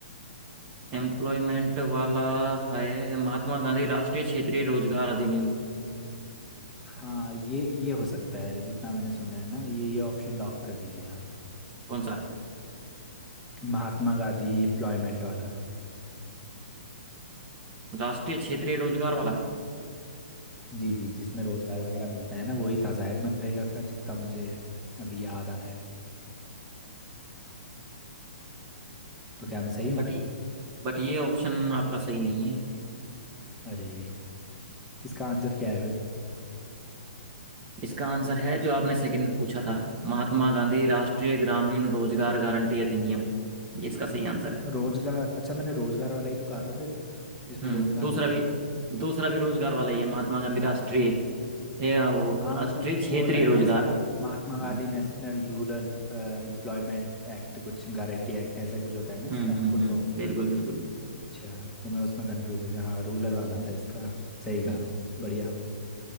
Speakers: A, on the right; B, in the centre.
A: एम्प्लॉयमेंट वाला है महात्मा गांधी राष्ट्रीय क्षेत्रीय रोजगार अधिनियम
B: हाँ ये ये हो सकता है जितना मैंने सुना है ना ये ये ऑप्शन लॉक कर दीजिए आप
A: कौन सा है
B: महात्मा गांधी एम्प्लॉयमेंट वाला
A: राष्ट्रीय क्षेत्रीय रोजगार वाला
B: जी जी जिसमें रोजगार वगैरह मिलता है ना वही था शायद मनरेगा का जितना मुझे अभी याद आ रहा है तो क्या मैं सही हूँ
A: बट ये बट ये ऑप्शन आपका सही नहीं है
B: अरे इसका आंसर क्या है
A: इसका आंसर है जो आपने सेकंड पूछा था महात्मा गांधी राष्ट्रीय ग्रामीण रोजगार गारंटी अधिनियम ये इसका सही आंसर है
B: रोजगार अच्छा मैंने रोजगार वाला ही तो कहा था फिर जिसमें
A: हम्म
B: रोजगार
A: दूसरा
B: मिलता
A: भी
B: है
A: दूसरा भी रोजगार वाला ही है महात्मा गांधी राष्ट्रीय ये वो
B: हाँ
A: राष्ट्रीय
B: मतलब हाँ
A: क्षेत्रीय
B: वो होता है
A: रोजगार
B: ना वही इसका काम मिलता है Mahatma Gandhi
A: हम्म
B: national rural employment act कुछ गारंटी एक्ट ऐसा ही कुछ होता है ना इसका
A: हम्म हम्म
B: फुल
A: हम्म,
B: फॉर्म
A: बिल्कुल बिल्कुल
B: अच्छा तो मैं उसमें कंफ्यूज हो गया हाँ रूरल वाला
A: हम्म
B: था इसका सही कहा
A: हम्म,
B: बढ़िया